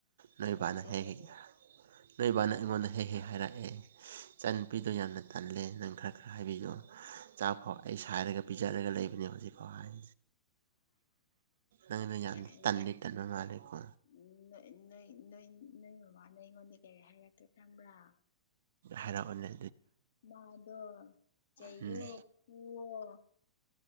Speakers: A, on the right; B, on the left.
A: ꯅꫭꯏ
B: ꯇꯜꯂꯦ
A: ꯕꯥꯅ ꯍꯥꯏ
B: ꯍꯥꯏꯕꯕꯨ
A: ꯍꯩꯒ ꯅꫭꯏ ꯕꯥꯅ ꯑꯩꯉꯣꯟꯗ ꯍꯦꯛ ꯍꯦꯛ ꯍꯥꯏꯔꯛꯑꯦ ꯏꯆꯥꯟ ꯅꯨꯨꯄꯤꯗꯣ ꯌꯥꯝꯅ ꯇꯜꯂꯦ ꯅꯪ ꯈꯔ ꯈꯔ ꯍꯥꯏꯕꯤꯌꯣꯥ ꯆꯥ ꯍꯣꯏ ꯑꯩ ꯁꯔꯒ ꯄꯤꯖꯔꯒ ꯂꯩꯕꯅꯦ ꯍꯧꯖꯤꯛꯐꯥꯎ ꯍꯥꯏ ꯅꯪꯅ ꯌꯥꯝ
B: ꯌꯥꯔꯦ
A: ꯇꯟꯗꯤ ꯇꯟꯕ ꯃꯥꯜꯂꯦꯀꯣ
B: ꯎꯝ ꯅꯣꯏ ꯅꯣꯏ ꯅꯣꯏ ꯃꯃꯥꯅ ꯑꯩꯉꯣꯟꯗ ꯀꯔꯤ ꯍꯥꯏꯔꯛꯇꯀꯦ ꯈꯪꯕ꯭ꯔꯥ
A: ꯍꯥꯏꯔ ꯑꫭꯅꯦ
B: ꯃꯥꯗꯣ ꯆꯩꯌꯣ
A: ꯎꯝ
B: ꯐꯨꯋꯣ